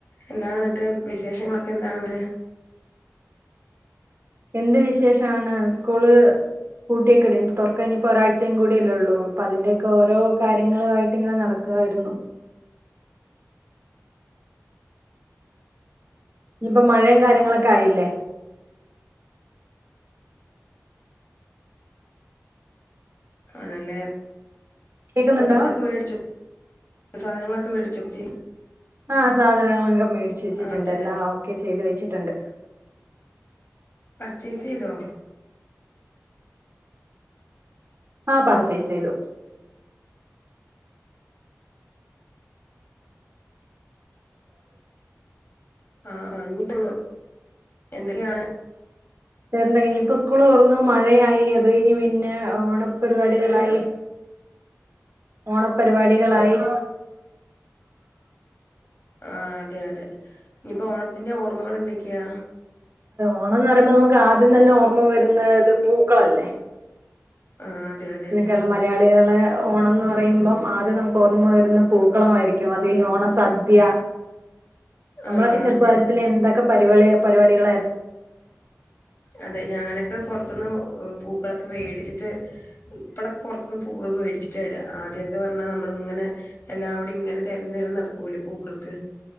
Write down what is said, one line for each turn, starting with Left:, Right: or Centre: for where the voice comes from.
Left: എന്താണ്ന്നിട്ട് വിശേഷങ്ങളൊക്കെ എന്താണ് ഇവര്
Right: എന്ത് വിശേഷാണ് സ്കൂള് പൂട്ടിയെക്കല്ലെ ഇനി പ്പോ തുറക്കഴിഞ്ഞപ്പോ ഒരാഴ്ചയും കൂടിയെല്ലേള്ളൂ അപ്പ അതിന്റെ ഒക്കെ ഓരോ കാര്യങ്ങള് ആയിട്ട് ങ്ങനെ നട ക്കായിരുന്നു ഇനിയിപ്പോ മഴിം കാര്യങ്ങളൊക്കെ ആയില്ലേ
Left: ആണല്ലേ
Right: കേക്കുന്നുണ്ടോ
Left: ഇതൊക്കെ വെടിചോ സാധനങ്ങളൊക്കെ വേടിച്ചുച്ചിന്
Right: ആഹ് സാധനങ്ങളക്കെ മേടിച്ചു വെച്ചിട്ടുണ്ട്
Left: ആ അതെ
Right: എല്ലാം
Left: അതെ
Right: ഒക്കെ ചെയ്തു വെച്ചിട്ടുണ്ട്
Left: പർച്ചേയ്സെയ്തോ
Right: ആഹ് പർച്ചേസെയ്തു
Left: ആഹ് ആഹ് ഇനിയിപ്പ എന്തൊക്കെ യ
Right: <unintelligible> ഇനിഇപ്പൊ സ്കൂള് തോർന്നു മഴയായി അത് കയ്ഞ്ഞ് പിന്നെ ഓണ പരിപാടികളായി ഓണപരിപാടികളായി
Left: ആഹ് അതെ അതെ ഇനിപ്പോ ഓണത്തിന്റെ ഓർമ്മകൾ എന്തൊക്കെയാ
Right: ഓണംന്ന് പറയുമ്പോ നമുക്ക് ആദ്യം തന്നെ ഓർമ്മ വരുന്നത് പൂക്കളല്ലേ
Left: ആ അതെ അതെ
Right: കേര മലയാളികളെ ഓണം ന്ന് പറയുമ്പം ആദ്യം നമുക്ക് ഓർമ്മ വരുന്ന പൂക്കളമായിരിക്കും അത് കയിഞ്ഞു ഓണ സദ്യ
Left: ആ
Right: നമ്മളൊക്കെ
Left: ആ
Right: ചെറുപ്പ
Left: അതെ
Right: കാലത്തില്
Left: അതെ
Right: എന്തൊക്കെപാരിപളി പരിപാടികായി
Left: അതെ ഞനൊക്കെ പുറത്തുന്ന് പൂക്കളൊക്കെ വേടിച്ചിട്ട് ഇപ്പഴെ പുറത്തുന്ന് പൂവോക്കെ മേടിച്ചിട്ടായിട ആദ്യക്കെ പറഞ്ഞാ നമ്മള ങ്ങനെ എല്ലാവിടെ ങ്ങനെ തെരഞ് രഞ് നടക്കൂല്ലേ പൂക്കൾക്ക്